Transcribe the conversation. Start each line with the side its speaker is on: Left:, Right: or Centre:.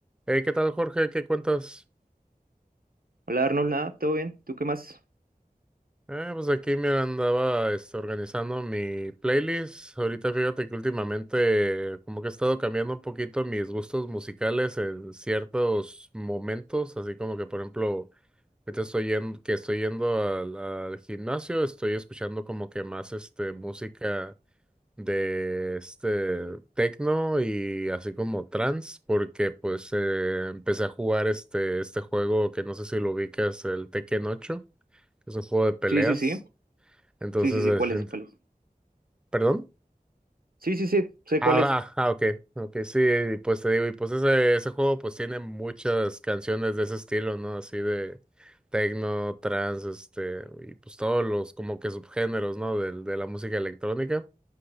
Centre: Hey, ¿qué tal, Jorge? ¿Qué cuentas?
Right: Hola Arnold, nada, ¿todo bien? ¿Tú qué más?
Centre: Eh, pues aquí, mira, andaba este, organizando mi playlist. Ahorita fíjate que últimamente como que he estado cambiando un poquito mis gustos musicales en ciertos momentos, así como que, por ejemplo, ahorita estoy yendo, que estoy yendo al, al gimnasio, estoy escuchando como que más este, música de este techno y así como trance, porque pues eh, empecé a jugar este, este juego que no sé si lo ubicas, el Tekken ocho. que es un juego de peleas.
Right: Sí, sí, sí.
Centre: Entonces,
Right: Sí, sí, sí,
Centre: eh,
Right: ¿cuál es?
Centre: ent-
Right: ¿Cuál es?
Centre: ¿perdón?
Right: Sí, sí, sí, sé
Centre: Ah,
Right: cuál es.
Centre: ah, ah, ok, ok, sí, y pues te digo, y pues ese, ese juego pues tiene muchas canciones de ese estilo, ¿no? Así de techno, trance, este, y pues todos los como que subgéneros, ¿no? De, de la música electrónica.